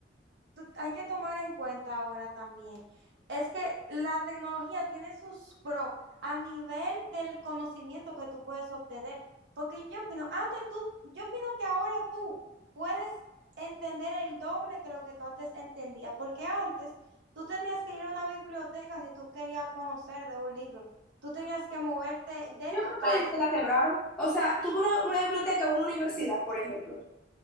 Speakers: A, on the right (about 70°); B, in the centre.
A: tú- hay que tomar en cuenta ahora también, es que la tecnología tiene sus pros a nivel del conocimiento que tú puedes obtener, porque yo opino, antes tú, yo opino que ahora tú puedes entender el doble que lo que tú antes entendías, porque antes tú tenías que ir a una biblioteca si tú querías conocer de un libro, tú tenías que moverte de
B: Yo
A: tu
B: creo
A: casa
B: que la biblioteca quebraron. O sea, tuvo una, una biblioteca en una universidad, por ejemplo.